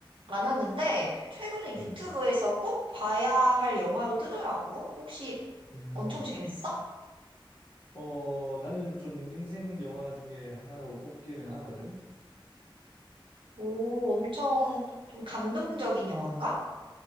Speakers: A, on the right; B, on the left.
A: 않았는데, 최근에 유튜브에서
B: 음.
A: 꼭 봐야 할 영화로 뜨더라고. 혹시
B: 음.
A: 엄청 재밌어?
B: 어, 나는 좀 인생 영화 중에 하나로 꼽기는 하거든.
A: 오, 엄청 좀 감동적인 영화인가?